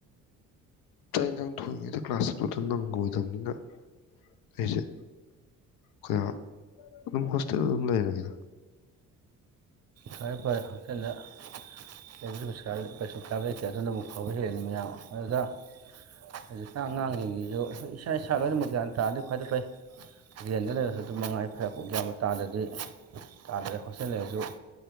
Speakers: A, on the left (about 70°); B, on the right (about 40°).
A: ꯆꯥꯛ ꯏꯟꯁꯥꯡ ꯐꯪꯉꯤꯗꯣ ꯀ꯭ꯂꯥꯁ ꯆꯄꯗ ꯅꯪꯉꯣꯏꯗꯕꯅꯤꯅ ꯑꯩꯁꯦ <unintelligible> ꯑꯗꯨꯝ ꯍꯣꯁꯇꯦꯜꯗ ꯑꯗꯨꯝ ꯂꯩꯔꯒꯦꯗ
B: ꯐꯔꯦ ꯐꯔꯦ ꯍꯛꯆꯜꯂ ꯀꯩꯁꯨ ꯀꯩꯁꯨꯀꯥꯏ ꯀꯩꯁꯨꯀꯥꯏꯕ ꯂꯩꯇꯦ ꯑꯗꯨꯅꯕꯨ ꯐꯕ ꯍꯦꯜꯂꯤ ꯃꯌꯥꯝ ꯑꯗꯨꯗ ꯍꯧꯖꯤꯛꯀꯥꯟ ꯑꯉꯥꯡꯁꯤꯡꯁꯤꯁꯨ ꯏꯁꯥ ꯏꯁꯥ ꯂꯣꯏꯅꯃꯛ ꯒ꯭ꯌꯥꯟ ꯇꯥꯔꯗꯤ ꯈ꯭ꯋꯥꯏꯗꯩ ꯐꯩ ꯔꯦꯟꯗ ꯂꯩꯔꯁꯨ ꯑꯗꯨ ꯃꯉꯥꯏ ꯐꯔ <unintelligible> ꯒ꯭ꯌꯥꯟꯕꯨꯕ ꯇꯥꯗ꯭ꯔꯗꯤ ꯇꯥꯗ꯭ꯔꯦ ꯍꯣꯁꯇꯦꯜ ꯂꯩꯔꯁꯨ